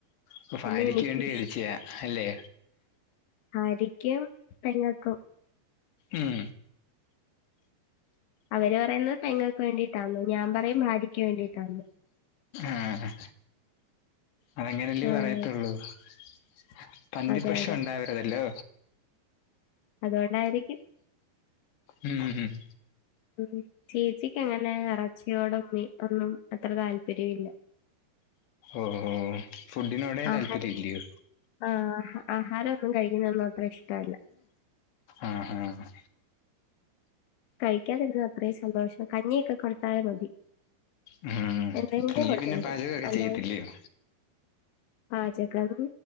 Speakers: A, on the left; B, on the left.
A: പ്പ ഫാര്യക്ക്
B: പിന്നെ എനിക്കും
A: വേണ്ടി വേടിച്യാ അല്ലേ
B: ഭാര്യക്കും പെങ്ങക്കും
A: ഉം
B: അവര് പറയുന്നത് പെങ്ങക്ക് വേണ്ടിട്ടാന്ന് ഞാൻ പറയും ഭാര്യയ്ക്ക് വേണ്ടിട്ടാന്ന്
A: ആഹ് ആഹ് അതങ്ങനെയല്ലേ
B: ആഹ്
A: പറയത്തൊള്ളു <unintelligible>
B: അതെ അതെ
A: ഉണ്ടാവരുതല്ലോ
B: അതോണ്ടായിരിക്കും
A: <inaudible> ഉം ഉം
B: ഉം ചേച്ചിക്കങ്ങനെ എറച്ചിയോടും മി ഒന്നും അത്ര താല്പര്യല്ല <inaudible>
A: ഓഹോ ഫുഡിനോടെ
B: ആഹാരം
A: താല്പര്യല്ല്യോ
B: ആഹ് ആഹാരൊന്നും കഴിക്കുന്നൊന്നും അത്ര ഇഷ്ടല്ല
A: ആഹ് ആഹ്
B: കഴിക്കാതിരുന്ന അത്രി സന്തോഷം കഞ്ഞിയൊക്കെ കൊടുത്താലത് മതി
A: ഉം
B: എന്തെങ്കും
A: നീ
B: കൊടുത്താ
A: പിന്നെ
B: മതി
A: പാചകമൊക്കെ
B: അല്ലാതെ
A: ചെയ്യത്തില്ലയോ
B: പാചകം